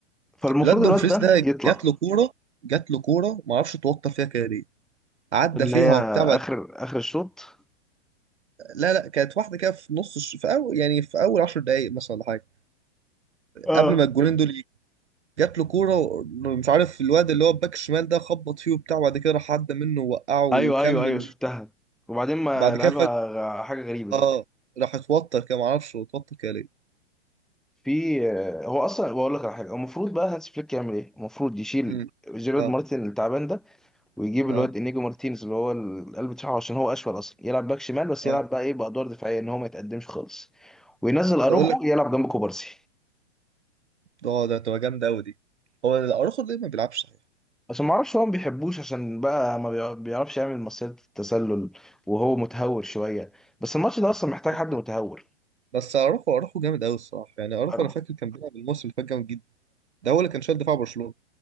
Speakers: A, in the centre; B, on the right.
A: فالمفروض
B: الواد دومفريز
A: الواد ده
B: ده
A: يطلع
B: جات له كوره جات له كوره ما اعرفش اتوتر فيها كده ليه عدى
A: اللي
B: فيها
A: هي
B: وبتاع
A: اخر اخر الشوط
B: لا لا كانت واحده كده في نص الش- في اول يعني في اول 10 دقائق مثلا ولا حاجه
A: اه
B: قبل ما الجولين دول يجوا. جات له كوره و- مش عارف الواد اللي هو الباك الشمال ده خبط فيه وبتاع وبعد كده راح عدى منه ووقعه وكمل
A: ايوه ايوه ايوه شفتها وبعدين ما
B: بعد
A: لعبها
B: كده فجاه
A: غ- حاجة غريبة
B: اه
A: كده
B: راح اتوتر كده معرفش هو اتوتر كده ليه
A: في آه، هو اصلا بقول لك على حاجه هو المفروض بقى هانس فليك يعمل ايه المفروض يشيل
B: مم.
A: جيرارد
B: اه
A: مارتن التعبان ده ويجيب
B: اه
A: الواد انيجو مارتينز اللي هو القلب بتاعه عشان هو اشول اصلا يلعب باك شمال بس
B: اه
A: يلعب بقى ايه بادوار دفاعيه ان هو ما يتقدمش خالص وينزل اروخو
B: تقول لك
A: يلعب جنب كوبارسي
B: اه ده تبقى جامده قوي دي هو اروخو ليه ما بيلعبش صحيح
A: عشان ما اعرفش هو ما بيحبوش عشان بقى ما بيع- بيعرفش يعمل مصيدة التسلل وهو متهور شويه بس الماتش ده اصلا محتاج
B: بس
A: حد متهور
B: بس اروخو اروخو جامد قوي الصراحه يعني اروخو
A: أروخو.
B: انا فاكر كان بيلعب الموسم اللي فات جامد جدا ده هو اللي كان شايل دفاع برشلونه